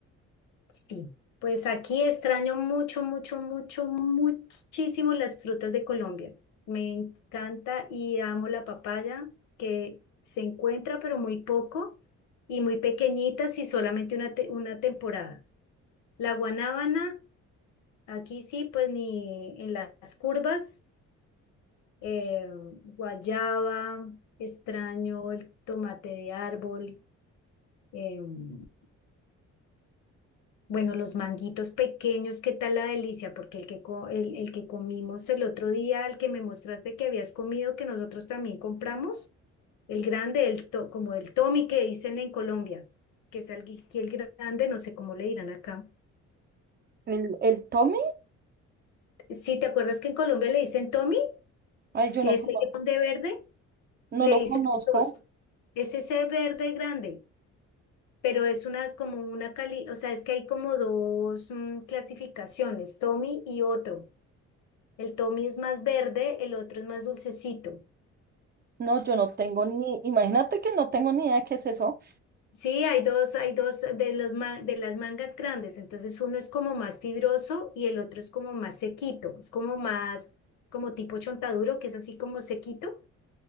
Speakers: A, on the left; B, on the right.
A: Sí, pues aquí extraño mucho, mucho, mucho, muchísimo las frutas de Colombia. Me encanta y amo la papaya, que se encuentra pero muy poco y muy pequeñitas y solamente una, te- una temporada. La guanábana, aquí sí, pues ni en las curvas, eh, guayaba, extraño el tomate de árbol. em, Bueno, los manguitos pequeños, ¿qué tal la delicia? Porque el que, co- el, el que comimos el otro día, el que me mostraste que habías comido, que nosotros también compramos, el grande, el to- como el Tommy que dicen en Colombia, que es el, el grande, no sé cómo le dirán acá.
B: ¿El, el Tommy?
A: Sí, ¿te acuerdas que en Colombia le dicen Tommy?
B: Ay, yo
A: Que
B: no,
A: es
B: cono-
A: grande verde,
B: no
A: le
B: lo
A: dicen
B: conozco.
A: dos. Es ese verde grande, pero es una como una cali, o sea, es que hay como dos mm, clasificaciones, Tommy y otro. El Tommy es más verde, el otro es más dulcecito.
B: No, yo no tengo ni, imagínate que no tengo ni idea de qué es eso.
A: Sí, hay dos, hay dos de los ma- de las mangas grandes, entonces uno es como más fibroso y el otro es como más sequito, es como más, como tipo chontaduro, que es así como sequito,